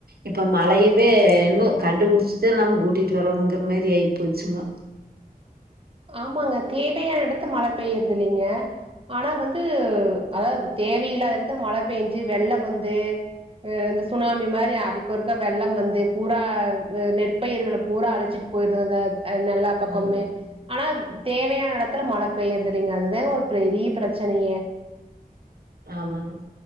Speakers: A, on the right; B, on the right.
A: இப்ப மழையவே இன்னு கண்டுபுடுச்சுதா நாம ஊட்டிட்டு வரணுங்கிற மாரி ஆகி போச்சுங்கோ
B: ஆமாங்க தேவையான எடத்துல மழ பெய்யுறது இல்லைங்க ஆனா வந்து அதாவது தேவையில்லாத எடத்துல மழ பெஞ்சு வெள்ளம் வந்து அ இந்த சுனாமி மாரி அடிக்கொறுக்கா வெள்ளம் வந்து பூரா நெற்பயிர்கள பூரா அடிச்சிட்டு போயிற்றத த அ எல்லா பக்கமே
A: ஆமா
B: ஆனா தேவையான எடத்துல மழை பெய்யுறது இல்லைங்க அதுதானே ஒரு பெரிய பிரச்சனையே
A: ஆமாங்